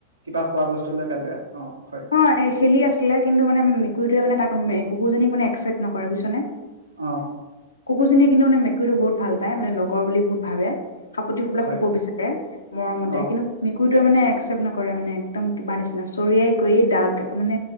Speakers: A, on the right; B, on the left.
A: কিবা খোৱা বস্তু লৈ কাজিয়া অ হয়
B: অ খেলি আছিলে কিন্তু মানে মেকুৰীটোৱে মানে তাক কুকুৰজনীক মানে একচেপ্ট নকৰে বুজিছনে
A: অ
B: কুকুৰ জনীয়ে কিন্তু মান মেকুৰীটো বহুত ভাল পাই মানে লগৰ বুলি ভাবে সাপোতি পেলাই
A: হয়
B: শুব বিচাৰে মৰমতে
A: অ
B: কিন্তু মেকুৰীটোৱে মানে একচেপ্ট নকৰে মানে একদম কিব নিচিনা চৰিয়াই কৰি দা মানে